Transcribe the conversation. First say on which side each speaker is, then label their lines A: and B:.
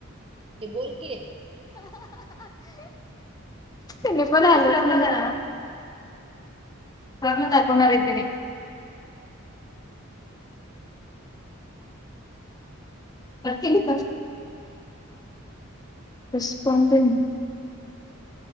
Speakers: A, on the right (about 25°); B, on the left (about 15°).
A: ते बोल की
B: त्यांनी पण हॅलो <unintelligible> करून दाखवणार आहेत त्यांनी <unintelligible> रिस्पॉनडिंग